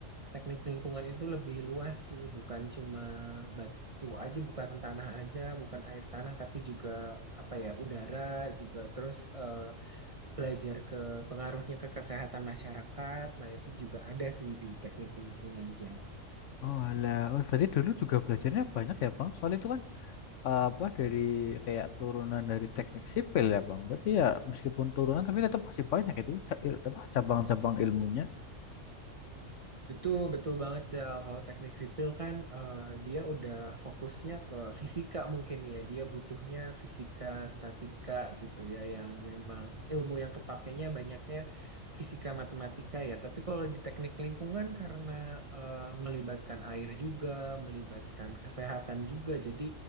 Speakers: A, on the right (about 35°); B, on the left (about 70°).
A: teknik lingkungan itu lebih luas sih, bukan cuma batu aja, bukan tanah aja, bukan air tanah, tapi juga apa ya, udara juga terus eh, belajar ke pengaruhnya ke kesehatan masyarakat. Nah, itu juga ada sih di teknik lingkungan Jal.
B: Oh alah, Oh, berarti dulu juga belajarnya banyak ya bang? Soal itu kan eh, apa dari kayak turunan dari teknik sipil ya bang? Berarti ya meskipun turunan tapi tetap masih banyak itu ca- il- apa cabang-cabang ilmunya.
A: Betul, betul banget, Cel. Kalau teknik sipil kan eh, dia udah fokusnya ke fisika mungkin ya. Dia butuhnya fisika, statika gitu ya, yang memang ilmu yang kepakainya banyaknya fisika, matematika ya. Tapi kalau di teknik lingkungan karena eh, melibatkan air juga, melibatkan kesehatan juga, jadi